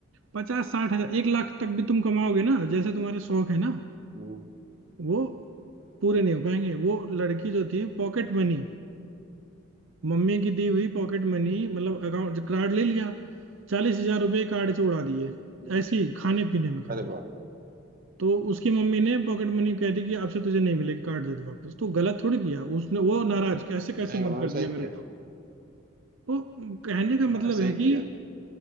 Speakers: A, on the right; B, on the right.
A: पचास साठ हजार एक लाख तक भी तुम कमाओगे ना जैसे तुम्हारे शौक है ना
B: हम्म।
A: वो पूरे नहीं हो पाएंगे वो लड़की जो थी पॉकेट मनी मम्मी की दी हुई पॉकेट मनी मतलब अकाउंट कार्ड ले लिया चालीस हजार रुपये कार्ड से उड़ा दिए ऐसे ही खाने पीने में
B: अरे
A: खाली
B: वाह
A: तो उसकी मम्मी ने पॉकेट मनी कह दी कि आपसे तुझे नहीं मिलेगी कार्ड दे दे वापस तो गलत थोड़ी किया उसने वो नाराज कैसे
B: नहीं
A: कैसे
B: उन्होंने
A: मन कर
B: सही
A: दिया
B: किया
A: मेरे को तो कहने का
B: हाँ
A: मतलब
B: सही
A: है कि
B: किया